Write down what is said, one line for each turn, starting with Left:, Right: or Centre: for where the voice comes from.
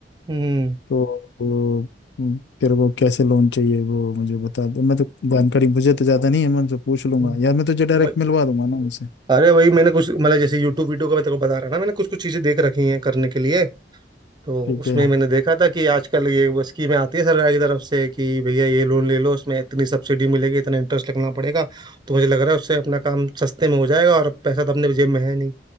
Right: हम्म
Left: तो वो उम, तेरे को कैसे लोन चाहिए वो मुझे बता दो मैं तो जानकारी मुझे तो ज़्यादा नहीं है मैं उनसे पूछ लूंगा
Right: हम्म,
Left: यार मैं तुझे डायरेक्ट
Right: वही-
Left: मिलवा दूंगा ना उनसे
Right: अरे वही मैंने कुछ मतलब जैसे यूट्यूब वीडियो का मैं तेरे को बता रहा ना मैंने कुछ कुछ चीजें देख रखी हैं करने के लिए तो
Left: ठीक
Right: उसमें
Left: है
Right: मैंने देखा था कि आजकल ये वो स्कीमें आती है सरकार की तरफ से कि भैया ये लोन ले लो उसमें इतनी सब्सिडी मिलेगी इतना इंटरेस्ट लगना पड़ेगा तो मुझे लग रहा है उससे अपना काम सस्ते में हो जाएगा और पैसा तो अपने जेब में है नहीं